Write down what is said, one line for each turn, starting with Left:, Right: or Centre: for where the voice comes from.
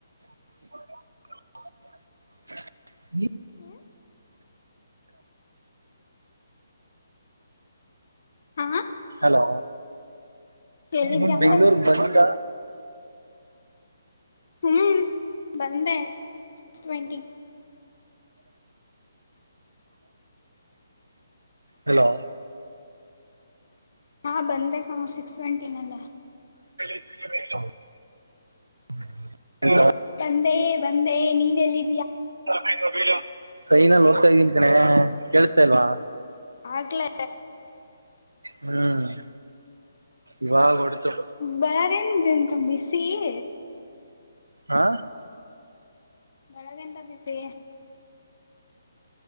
Right: <unintelligible>
Left: ಹ್ಮ ಹಾ
Right: ಹಲೋ
Left: ಎಲ್ಲಿದ್ಯಾ
Right: ಇ ಬೆಂಗ್ಳೂರ್
Left: ಅಂದೆ
Right: ಬಂದ
Left: ಹ್ಮ್ ಬಂದೆ ಸಿಕ್ಸ್ ಟ್ವೆಂಟಿ
Right: ಹಲೋ
Left: ಹಾ ಬಂದೆ ಕಣೋ ಸಿಕ್ಸ್ ಸವೆಂಟಿನಲ್ಲ
Right: <inaudible>
Left: ತಂದೆ ಬಂದೇ ನೀನ್ ಎಲ್ಲಿ
Right: <inaudible> ಟ್ರೈನಲಿ ಹೋಗ್ತಾ ಇದ್ದೀನ್ ಕಣೆ ಕೇೇಳಸ್ತಾಲ್ವಾ
Left: ಆಗ್ಲೇ
Right: ಹ್ಮ್ ಇವಾಗ ಹೊಡ್ತು
Left: ಬೆಳಗನ್ ಎಂತ ಬಿಸಿ <inaudible>
Right: ಆ
Left: ಬೆಳಗೆ ಇಂತ ಬಿಸಿ